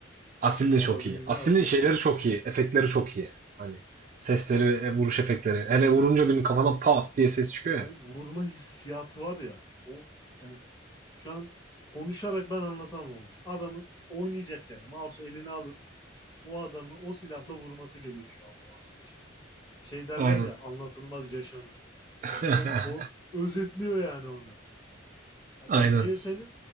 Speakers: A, on the right; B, on the left.
A: Asil de
B: Valla
A: çok
B: denedin
A: iyi. Asil'in
B: Asil.
A: şeyleri çok iyi. Efektleri çok iyi. Hani sesleri ve vuruş efektleri. Hele vurunca
B: O,
A: birinin kafadan pat diye ses çıkıyor ya.
B: o vurma hissiyatı var ya. O yani şu an konuşarak ben anlatamam olacak. Adamın oynayacak yani. Mouse eline alıp o adamı o silahla vurması gerekiyor anlaması için. Şey derler
A: Aynen.
B: ya anlatılmaz yaşanır.
A: <laughs>
B: Cidden o özetliyor yani onu.
A: Aynen.
B: Yani CS'nin